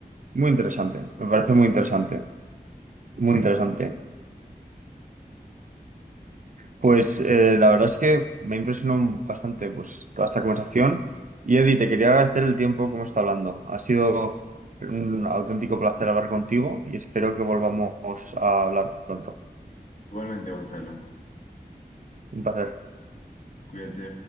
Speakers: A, on the right (about 55°); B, on the left (about 50°).
A: Muy interesante, me parece muy interesante, muy interesante. Pues eh, la verdad es que me impresionó bastante pues, toda esta conversación. Y Eddie, te quería agradecer el tiempo que hemos estado hablando. Ha sido un auténtico placer hablar contigo y espero que volvamos a hablar pronto.
B: Igualmente, Gonzalo,
A: Un placer.
B: cuídate.